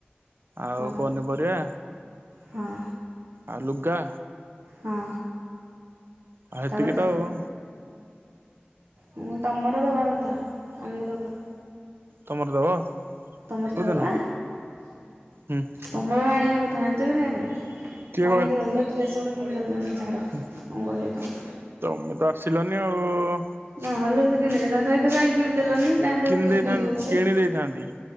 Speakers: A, on the right; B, on the right.
A: ଆଉ
B: ହଁ
A: ପନିପରିବା।
B: ହଁ।
A: ଆଉ ଲୁଗା।
B: ହଁ।
A: ଆ ହେତିକି
B: ତାପରେ
A: ତ ଆଉ।
B: ମୁଁ ତମର ଦବା କଥା ଆମୁକୁ ଦବ।
A: ତମର ଦବ?
B: ତମର
A: କୋଉଦିନ
B: ଦବ ବା
A: ହୁଁ
B: ତମର ଆଣିବା କଥା ଜାଣିଚ କି ନାଇଁ ଏବେ?
A: କିଏ
B: ତ ଆଣିଦେଲନି ତ ଡ୍ରେସ ଗୋଟେ ପିନ୍ଧିଦେଲନି ଛାଡ଼।
A: ହୁଁ
B: ଆଉ କଣ କହିବି ତମକୁ
A: ତମେ ତ ଆସିଲନି ଆଉ ଉ ଉ ଉ।
B: ନହେଲେ ଯଦି କିଣିଦେଇଥାନ୍ତ ଏଇଟି କାଇଁ କିଣି ଦେଲନି ନାଇଁ ତୁ
A: କିଣି
B: ପି
A: ଦେଇଥାନ୍ତି
B: ପିନ୍ଧିବୁ ବୋଲି।
A: କିଣି ଦେଇଥାନ୍ତି